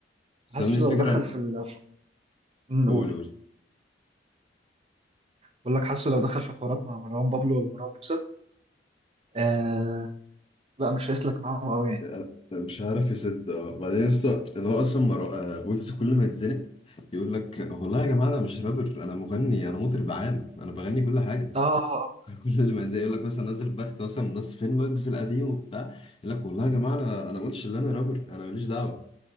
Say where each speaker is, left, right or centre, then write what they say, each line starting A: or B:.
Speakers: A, on the left; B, on the right.
A: بس
B: حاسه
A: يا ابني الفكره
B: لو دخل في ال- في- أمم،
A: قول
B: قول
A: قول
B: بقول لك حاسه لو دخل في حوارات مع مروان بابلو ولا مروان موسى آه لا مش هيسلك معاهم قوي يعني
A: أنا- أنا مش عارف يسد اه بعدين لسه اللي هو اصلا مرو... آه، ويجز كل ما يتزنق يقول لك والله يا جماعه انا مش رابر انا مغني انا مطرب عام انا بغني كل حاجه
B: اه
A: <laughs> كل ما زي يقول لك مثلا نزل بخت مثلا ناس فين ويجز القديم وبتاع يقول لك والله يا جماعه انا انا ما قلتش ان انا رابر انا ماليش دعوه